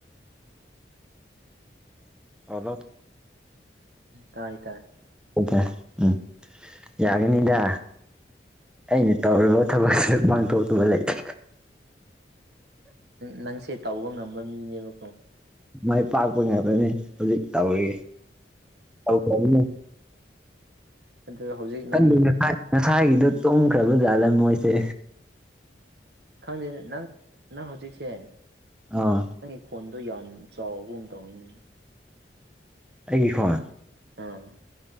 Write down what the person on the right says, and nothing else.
ꯇꯥꯏ ꯇꯥꯏ
ꯅꯪꯁꯦ ꯇꯧꯕ ꯉꯝꯕ ꯃꯤꯅꯦꯕ
ꯑꯗꯨ ꯍꯧꯖꯤꯛ
ꯅꯪꯒꯤ
ꯈꯪꯗꯦ ꯅꯪ ꯅꯪ ꯍꯧꯖꯤꯛꯁꯦ
ꯅꯪꯒꯤ ꯈꯣꯟ ꯑꯗꯨ ꯌꯥꯝ ꯆꯥꯎꯕꯒꯨꯝ ꯇꯧꯏꯅꯦ
ꯑꯥ